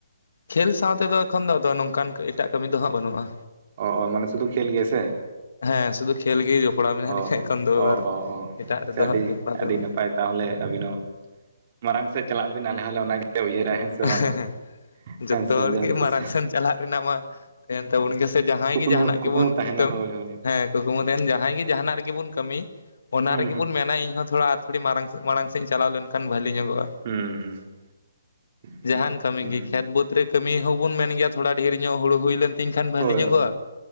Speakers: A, on the left; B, on the right.
A: ᱠᱷᱮᱞ ᱥᱟᱶᱛᱮ ᱫᱚ ᱮᱠᱷᱚᱱ ᱫᱚ ᱱᱚᱝᱠᱟᱱ ᱮᱴᱟᱜ ᱠᱟᱹᱢᱤ ᱫᱚᱦᱟᱸᱜ ᱵᱟᱹᱱᱩᱜᱼᱟ᱾
B: ᱚ ᱚ ᱢᱟᱱᱮ ᱥᱤᱫᱷᱩ ᱠᱷᱮᱞ ᱜᱮ ᱥᱮ?
A: ᱦᱮᱸ ᱥᱩᱫᱷᱩ ᱠᱷᱮᱞ ᱜᱮ ᱡᱚᱯᱲᱟᱣ ᱢᱮᱱᱟᱜ
B: ᱚ
A: ᱞᱤᱧᱟ ᱮᱠᱷᱟᱱᱫᱚ
B: ᱚ
A: ᱟᱨ
B: ᱚ ᱚ
A: ᱮᱴᱟᱜ
B: ᱟᱪᱪᱷᱟ
A: ᱨᱮᱫᱚ
B: ᱟᱹᱰᱤ
A: ᱦᱟᱸᱜ ᱡᱚᱯᱲᱟᱣ ᱫᱚ
B: ᱟᱹᱰᱤ
A: ᱦᱮᱸ
B: ᱱᱟᱯᱟᱭ ᱛᱟᱦᱚᱞᱮ ᱟᱵᱤᱱ ᱦᱚᱸ ᱢᱟᱨᱟᱲᱟᱝ ᱥᱮᱫ ᱪᱟᱞᱟᱜ ᱵᱤᱱ ᱟᱞᱮ ᱦᱚᱸᱞᱮ ᱚᱱᱟᱜᱞᱮ ᱩᱭᱦᱟᱹᱨᱟ ᱦᱮᱸ ᱥᱮ
A: <unintelligible>
B: ᱵᱟᱝ
A: ᱡᱚᱛᱚ
B: ᱦᱮᱸ ᱥᱮ
A: ᱦᱚᱲ
B: ᱡᱟᱦᱟᱸ
A: ᱜᱮ
B: ᱛᱤᱥ
A: ᱢᱟᱲᱟᱝ ᱥᱮᱱ ᱪᱟᱞᱟᱜ ᱨᱮᱱᱟᱜ ᱢᱟ᱾ ᱛᱟᱦᱮᱱ ᱛᱟᱵᱚᱱ ᱜᱮᱥᱮ ᱡᱟᱦᱟᱸᱟᱸᱭ
B: ᱠᱩᱠᱢᱩ
A: ᱜᱮ ᱡᱟᱦᱟᱱᱟᱜ
B: ᱠᱩᱠᱢᱩ
A: ᱜᱮᱵᱚᱱ
B: ᱛᱟᱦᱮᱱᱟ ᱦᱳᱭ ᱦᱳᱭ
A: ᱦᱮᱸ ᱠᱩᱠᱢᱩ ᱛᱟᱦᱮᱱ ᱡᱟᱦᱟᱸᱭ ᱜᱮ ᱡᱟᱦᱟᱱᱟᱜ ᱨᱮᱜᱮ ᱵᱚᱱ ᱠᱟᱹᱢᱤ ᱚᱱᱟ
B: ᱦᱩᱸ
A: ᱨᱮᱜᱮ ᱵᱚᱱ ᱢᱮᱱᱟ ᱤᱧ ᱦᱚᱸᱚᱸ ᱛᱷᱚᱲᱟ ᱟᱹᱰᱤ ᱢᱟᱨᱟᱝ ᱢᱟᱲᱟᱝ ᱥᱮᱫ ᱤᱧ ᱪᱟᱞᱟᱣ ᱞᱮᱱᱠᱷᱟᱱ ᱵᱷᱟ. ᱞᱤ ᱧᱚᱜᱚᱼᱟ᱾
B: ᱦᱩᱸ ᱦᱩᱸ ᱦᱩᱸ
A: ᱡᱟᱦᱟᱱ ᱠᱟᱹᱢᱤ
B: ᱦᱩᱸ
A: ᱜᱮ ᱠᱷᱮᱛ ᱵᱟᱹᱫᱽ ᱨᱮ ᱠᱟᱹᱢᱤ ᱦᱚᱸᱵᱚᱱ ᱢᱮᱱ ᱜᱮᱭᱟ ᱛᱷᱚᱲᱟ ᱰᱷᱮᱨ ᱧᱚᱜ ᱦᱩᱲᱩ ᱦᱩᱭ ᱞᱮᱱ᱾ ᱛᱤᱧ ᱠᱷᱟᱱ ᱵᱷᱟᱞᱤ
B: ᱦᱳᱭ
A: ᱧᱚᱜᱚᱜᱼᱟ
B: ᱦᱳᱭ